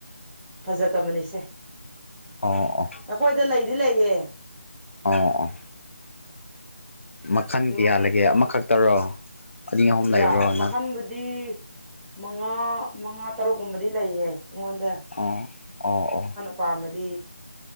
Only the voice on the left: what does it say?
ꯑꯣ ꯑꯣ
ꯑꯣ ꯑꯣ ꯃꯈꯜ
ꯀꯌꯥꯂꯩꯒꯦ ꯑꯃꯈꯛꯇꯔꯣ ꯑꯅꯤ ꯑꯍꯨꯝ ꯂꯩꯕ꯭ꯔꯣ
ꯅꯠ
ꯑꯣ ꯑꯣ ꯑꯣ